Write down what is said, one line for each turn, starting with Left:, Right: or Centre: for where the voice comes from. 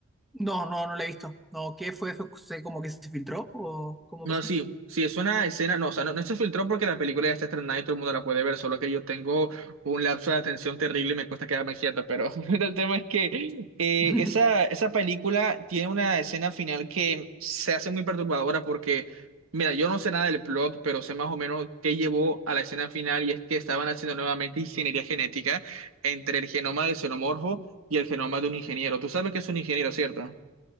Centre: No, no, no la he visto. No, ¿qué fue? ¿Fue fue como que se filtró o cómo
Right: No,
Centre: pasó?
Right: sí, sí, es una escena, no, o sea, no, no se filtró porque la película ya está estrenada y todo el mundo la puede ver, solo que yo tengo un lapso de atención terrible y me cuesta quedarme quieto, pero <laughs> el tema es que eh,
Centre: <laughs>
Right: esa, esa película tiene una escena final que se hace muy perturbadora porque, mira, yo no sé nada del plot, pero sé más o menos qué llevó a la escena final y es que estaban haciendo nuevamente ingeniería genética entre el genoma del xenomorfo y el genoma de un ingeniero. Tú sabes que es un ingeniero, ¿cierto?